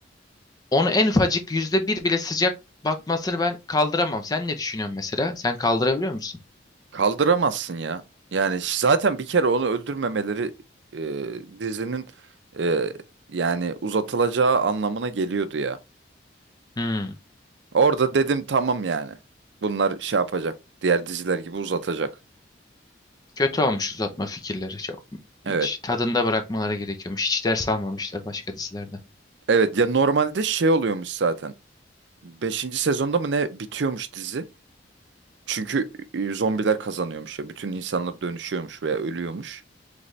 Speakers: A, on the left; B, on the right.
A: Onu en ufacık yüzde bir bile sıcak bakmasını ben kaldıramam. Sen ne düşünüyorsun mesela? Sen kaldırabiliyor musun?
B: Kaldıramazsın ya. Yani ş- zaten bir kere onu öldürmemeleri e, dizinin e, yani uzatılacağı anlamına geliyordu ya.
A: Hmm.
B: Orada dedim tamam yani. Bunlar şey yapacak. Diğer diziler gibi uzatacak.
A: Kötü olmuş uzatma fikirleri. Çok hiç
B: Evet.
A: tadında bırakmaları gerekiyormuş. Hiç ders almamışlar başka dizilerden.
B: Evet ya normalde şey oluyormuş zaten. Beşinci sezonda mı ne bitiyormuş dizi. Çünkü e, zombiler kazanıyormuş ya. Bütün insanlar dönüşüyormuş veya ölüyormuş.